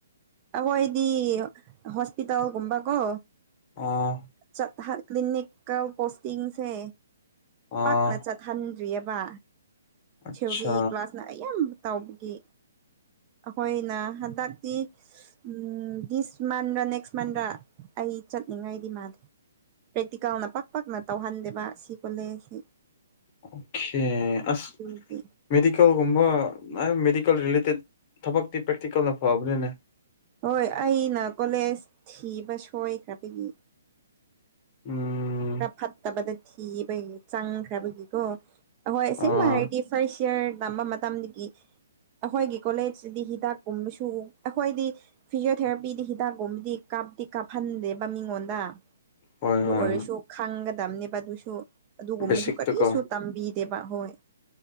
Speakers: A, on the right; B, on the left.
A: ꯑꯍꯣꯏꯗꯤ ꯍꯣꯁꯄꯤꯇꯥꯜꯒꯨꯝꯕꯀꯣ
B: ꯑꯣ
A: ꯆꯠ <unintelligible> ꯀ ꯄꯣꯁꯇꯤꯡꯁꯦ
B: ꯑꯥ
A: ꯄꯥꯛꯅ ꯆꯠ ꯈꯟꯗ꯭ꯔꯤꯑꯦꯕ
B: ꯑꯠꯆꯥ
A: ꯊꯤꯋꯣꯔꯤ ꯀ꯭ꯂꯥꯁꯅ ꯑꯌꯥꯝꯕ ꯇꯥꯎꯕꯒꯤ ꯑꯩꯈꯣꯏꯅ ꯍꯟꯗꯛꯇꯤ ꯎꯝ ꯗꯤꯁ ꯃꯟꯗꯂ ꯅꯦꯛꯁ ꯃꯟꯗ ꯑꯩ ꯆꯠꯅꯤꯡꯉꯥꯏꯗꯤ ꯃꯥꯗꯤ ꯄ꯭ꯔꯦꯛꯇꯤꯀꯦꯜꯅ ꯄꯥꯛ ꯄꯥꯛꯅ ꯇꯧꯍꯟꯗꯦꯕ ꯁꯤ ꯀꯣꯂꯦꯖ ꯁꯤ
B: ꯑꯣꯀꯦ ꯑꯁ
A: <unintelligible>
B: ꯃꯦꯗꯤꯀꯦꯜꯒꯨꯝꯕ ꯑꯥ ꯃꯦꯗꯤꯀꯦꯜ ꯔꯤꯂꯦꯇꯦꯠ ꯊꯕꯛꯇꯤ ꯄ꯭ꯔꯦꯛꯇꯤꯀꯦꯜꯅ ꯐꯕꯅꯤꯅꯦ
A: ꯍꯣꯏ ꯑꯩꯅ ꯀꯣꯂꯦꯖ ꯊꯤꯕ ꯁꯣꯏꯈ꯭ꯔꯕꯒꯤ
B: ꯎꯝ
A: ꯈꯔ ꯐꯠꯇꯕꯗ ꯊꯤꯕꯒꯤ ꯆꯪꯈ꯭ꯔꯕꯒꯤꯀꯣ ꯑꯍꯣꯏ ꯑꯁꯤꯡꯕ
B: ꯑꯥ
A: ꯍꯥꯏꯔꯗꯤ ꯐꯔꯁ ꯌꯔ ꯇꯝꯕ ꯃꯇꯝꯗꯒꯤ ꯑꯩꯈꯣꯏꯒꯤ ꯀꯣꯂꯦꯖꯁꯤꯗꯤ ꯍꯤꯗꯥꯛ ꯀꯨꯝꯕꯁꯨ ꯑꯩꯈꯣꯏꯗꯤ ꯐꯤꯖꯤꯌꯣꯊꯦꯔꯥꯄꯤꯗꯤ ꯍꯤꯗꯥꯛꯀꯨꯝꯕꯗꯤ ꯀꯥꯞꯇꯤ ꯀꯥꯞꯍꯟꯗꯦꯕ ꯃꯤꯉꯣꯟꯗ
B: ꯍꯣꯏ
A: ꯑꯗꯨ
B: ꯍꯣꯏ
A: ꯑꯣꯏꯔꯁꯨ ꯈꯪꯒꯗꯕꯅꯦꯕ ꯑꯗꯨꯁꯨ ꯑꯗꯨꯒꯨꯝꯕꯁꯨ
B: ꯕꯦꯁꯤꯛꯇꯀꯣ
A: ꯀꯔꯤꯁꯨ ꯇꯝꯕꯤꯗꯦꯕ ꯍꯣꯏ